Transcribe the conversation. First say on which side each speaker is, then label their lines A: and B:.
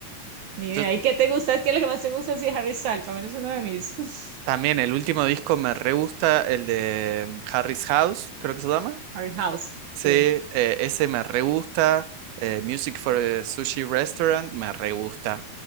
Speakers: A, on the right; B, on the right.
A: ni idea.
B: Yo,
A: ¿Y qué te gusta? Es que lo que más te gusta sí, es Harry Styles, también es uno de mis <laughs>
B: También el último disco me re gusta, el de Harry's House, creo que se llama.
A: Harry House,
B: Sí,
A: sí.
B: eh, ese me re gusta. eh, Music for a Sushi Restaurant, me re gusta.